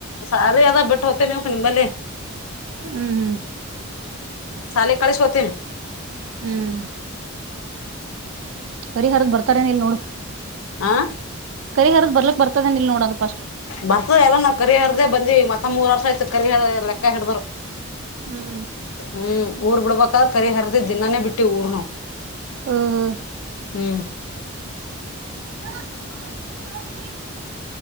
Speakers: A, on the left; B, on the right.
A: ಸಾಲ ಅದ ಬಿಟ್ಟು ಹೋಗ್ ನೆ ಹಕ ನಿ ಮಲ್ಲೆ
B: ಹ್ಮ್ ಹ್ಮ್
A: ಶಾಲಿ ಕಳಸಿ ಹೋಗುತ್ತಿವಿ
B: ಹ್ಮ್ ಕರಿ ಹರದ್ ಬರ್ತಾರನ ಇಲ್ ನೋಡು
A: ಹ
B: ಕರಿ ಹರದ್ ಬರ್ಲಕ್ಕ ಬರ್ತದನ ಇಲ್ ನೋಡೋದು ಪ
A: ಬರ್ತದ ಎಲ್ಲ ನಾವ್ ಕರಿ ಹರ್ದೇ ಬಂದಿ ಮತ್ತತ್ ಮೂರ್ ವರ್ಷ ಆಯ್ತ್ ಕರಿ ಲೆಕ್ಕ ಹಡ್ರು
B: ಹ್ಮ್
A: ಹ್ಮ್ ಊರ್ ಬಿಡ್ಬೇಕಾದ್ರ ಕರಿ ಹರ್ದಿ ದಿನಾನೇ ಬಿಟ್ಟು ಊರ್ನು
B: ಹ್ಮ್
A: ಹ್ಮ್
B: ಹ